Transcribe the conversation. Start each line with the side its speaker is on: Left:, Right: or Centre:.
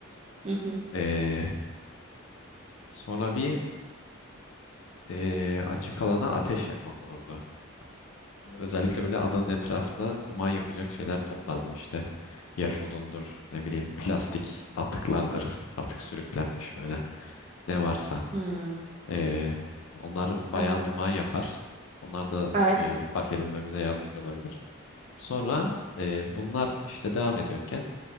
Right: Hı hı.
Left: E, sonra bir e, açık alana ateş yakmak olurdu. Özellikle böyle adanın etrafına duman yapacak şeyler toplardım işte. Yaş odundur, ne bileyim plastik atıklardır artık sürüklenmiş böyle. Ne varsa.
Right: Hmm,
Left: E, onlar bayağı
Right: anladım.
Left: duman yapar. Onlar da
Right: Evet.
Left: e, fark edilmemize yardımcı olabilir. Sonra e, bunlar işte devam ediyorken,